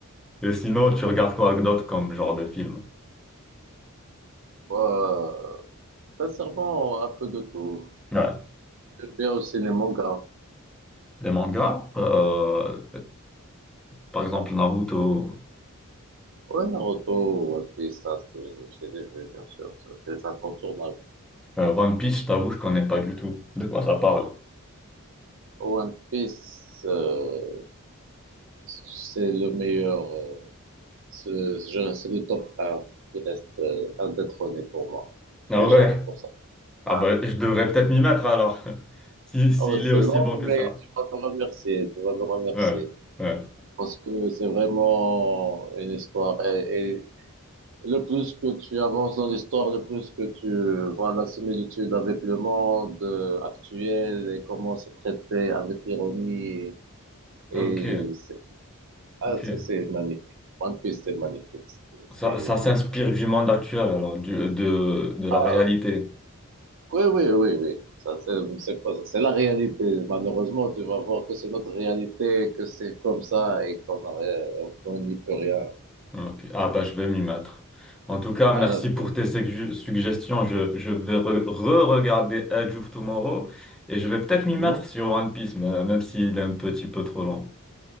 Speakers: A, in the centre; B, on the right.
A: Et sinon, tu regardes quoi d'autre comme genre de film?
B: Moi, euh, sincèrement, un peu de tout.
A: Ouais.
B: J'aime bien aussi les mangas.
A: Les mangas, euh, par exemple Naruto,
B: Ouais, Naruto, One Piece, ça, c'est, je les ai vus, bien sûr, ça, c'est incontournable.
A: euh, One Piece, je t'avoue, je connais pas du tout. De quoi ça parle?
B: One Piece, euh, c'est le meilleur, euh, c'est le, je- c'est le top un, qui reste euh, indétrôné pour moi,
A: Ah
B: déjà,
A: ouais?
B: pour ça.
A: Ah
B: Ah,
A: bah, je devrais peut-être m'y mettre alors. <laughs> Si, s'il
B: oh, c'est
A: est aussi
B: long,
A: bon que
B: mais
A: ça.
B: tu vas me remercier, tu vas me remercier,
A: Ouais, ouais.
B: parce que c'est vraiment une histoire, et, Le plus que tu avances dans l'histoire, le plus que tu vois la similitude avec le monde euh, actuel et comment c'est traité avec ironie. Et,
A: Ok,
B: et c'est, ah,
A: ok.
B: ça, c'est magnifique. One Piece, c'est magnifique. C'est,
A: Ça,
B: c'est-
A: ça s'inspire du monde actuel, alors, du, de, de la
B: ah,
A: réalité.
B: oui, oui, oui, oui. Ça, c'est, c'est pas, c'est la réalité. Malheureusement, tu vas voir que c'est notre réalité, que c'est comme ça et qu'on n'a rien- on n'y peut rien.
A: Ok. Ah bah je vais m'y mettre. En tout cas, merci
B: Ah, là, c'est,
A: pour tes sugg- suggestions. Je, je vais re- re-regarder Edge of Tomorrow et je vais peut-être m'y mettre
B: hmm?
A: sur One Piece, mais- même s'il est un petit peu trop long.